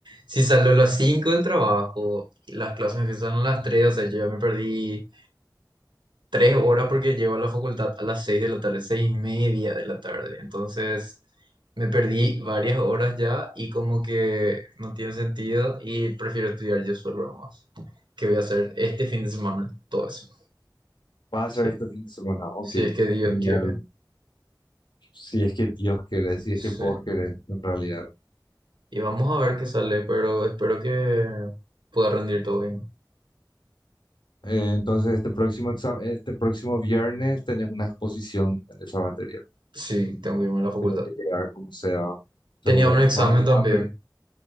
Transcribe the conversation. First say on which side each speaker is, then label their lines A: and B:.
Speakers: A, on the right; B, on the left.
A: Si salgo a las 5 del trabajo, las clases empiezan a las tres o sea, yo ya me perdí 3 horas porque llego a la facultad a las 6 de la tarde, 6 y media de la tarde. Entonces, me perdí varias horas ya y como que no tiene sentido y prefiero estudiar yo solo nomás. qué voy a hacer este fin de semana, todo eso.
B: vas a
A: Sí,
B: hacer este fin de semana. Ok,
A: si es que Dios
B: genial.
A: quiere.
B: Si es que Dios quiere, si
A: Sí.
B: es que vos querés, en realidad.
A: Y vamos a ver qué sale, pero espero que pueda rendir todo bien.
B: Eh, entonces, este próximo exa- este próximo viernes tenés una exposición en esa materia.
A: Sí, tengo que irme a la facultad.
B: Tenés que llegar como sea,
A: Tenía
B: seguro.
A: un examen
B: Vaya,
A: también.
B: a ver,